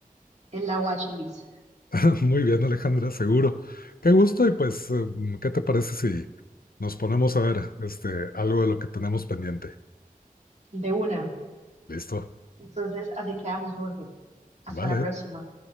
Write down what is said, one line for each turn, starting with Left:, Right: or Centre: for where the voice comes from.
Right: en la watchlist
Left: <laughs> Muy bien, Alejandra, seguro. Qué gusto y pues, eh, ¿qué te parece si nos ponemos a ver este, algo de lo que tenemos pendiente?
Right: de una.
Left: Listo.
Right: Entonces, así quedamos, Jorge. Hasta
Left: Vale.
Right: la próxima.